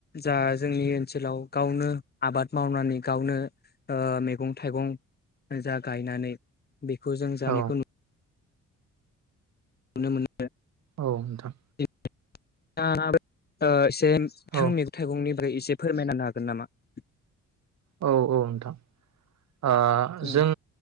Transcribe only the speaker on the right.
औ
औ नोंथां
औ
औ औ नोंथां ओ
जों